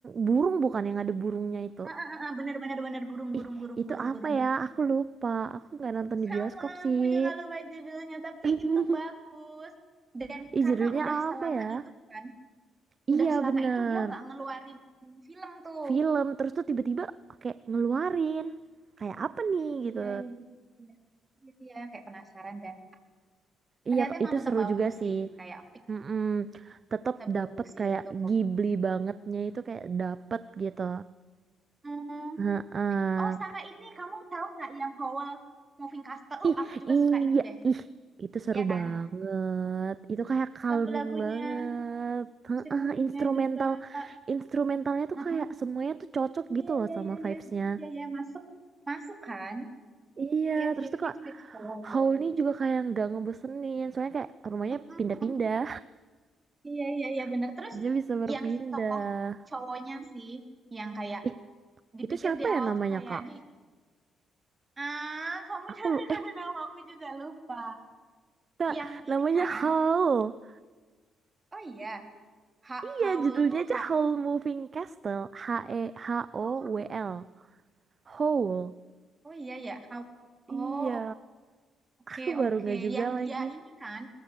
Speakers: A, on the right (about 45°); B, on the right (about 25°).
A: burung bukan yang ada burungnya itu.
B: Ah, ah, bener bener bener burung burung
A: Ih,
B: burung
A: itu
B: burung
A: apa
B: burung.
A: ya? Aku lupa. Aku nggak nonton di
B: Sama,
A: bioskop sih.
B: aku juga lupa judulnya, tapi
A: <laughs>
B: itu bagus. Dan
A: Ih,
B: karena
A: judulnya
B: udah selama
A: apa ya?
B: itu kan,
A: Iya
B: udah selama
A: bener.
B: itu dia nggak ngeluarin film tuh.
A: Film terus tuh tiba-tiba kayak ngeluarin. Kayak apa nih
B: Iya,
A: gitu.
B: iya, iya, Iya, iya, kayak penasaran dan ternyata
A: Iya,
B: emang
A: itu
B: tetap
A: seru
B: bagus
A: juga sih.
B: sih, kayak fix
A: Mm-mm. Tetap
B: tetap bagus
A: dapet kayak
B: itu.
A: Ghibli bangetnya itu kayak dapet gitu.
B: Hmm.
A: Heeh.
B: Oh, sama ini kamu tahu nggak yang Howell Moving Castle? Uh,
A: Ih,
B: aku juga
A: iya,
B: suka itu deh,
A: ih, itu seru
B: ya kan?
A: banget. Itu kayak calming
B: lagu-lagunya,
A: banget. Heeh,
B: musik-musiknya
A: instrumental,
B: juga. <laughs>
A: instrumentalnya tuh
B: Mm-mm.
A: kayak semuanya tuh cocok gitu
B: Iya,
A: loh
B: iya,
A: sama
B: iya,
A: vibes-nya.
B: iya, iya, iya, masuk, masuk kan?
A: Iya,
B: Iya
A: terus
B: sih,
A: tuh
B: fix,
A: kak,
B: fix, boleh,
A: Howlnya
B: boleh.
A: juga kayak nggak ngebosenin, soalnya kayak rumahnya
B: Mm-mm.
A: pindah-pindah.
B: Iya, iya, iya, bener.
A: <laughs>
B: Terus
A: Dia bisa berpindah.
B: yang si tokoh cowoknya sih, yang kayak
A: Ih,
B: dipikir
A: itu siapa
B: di awal
A: ya namanya
B: tuh kayak
A: kak?
B: di, ah, kamu
A: Aku
B: <laughs> jangan
A: lu, eh,
B: nama aku juga lupa.
A: kak,
B: Yang
A: namanya
B: ini kan,
A: Howl.
B: oh iya, ha
A: Iya,
B: Howell
A: judulnya
B: tuh,
A: aja
B: ha,
A: Howl Moving Castle. H E H O
B: oh, ha-
A: W L. Howl.
B: oh iya ya, How, oh
A: Iya,
B: oke Oke,
A: aku baru
B: oke.
A: nggak juga
B: Yang
A: lagi.
B: dia ini kan